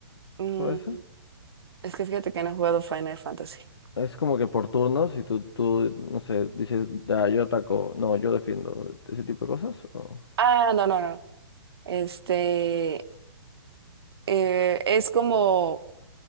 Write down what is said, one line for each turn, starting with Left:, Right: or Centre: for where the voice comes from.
Right: Mm,
Left: ¿Puede ser?
Right: es que fíjate que no he jugado Final Fantasy.
Left: Es como que por turnos, y tú, tú, no sé, dices, ya, yo ataco, no, yo defiendo, ese tipo de cosas. O...
Right: Ah, no, no, no. Este, eh, es como